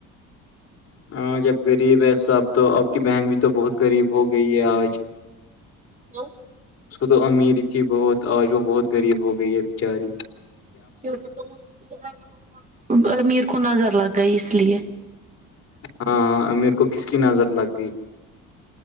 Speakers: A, on the left; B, on the right.
A: ہاں جب غریب ہے سب تو اب کی بہن بھی تو بہت غریب ہو گئی ہے آج
B: کیوں
A: اس کو تو امیر تھی بہت آج وہ بہت غریب ہو گئی ہے بچاری
B: کیونکہ امیر کو نظر لگ گئی اس لیے
A: ہاں ہاں امیر کو کس کی نظر لگ گئی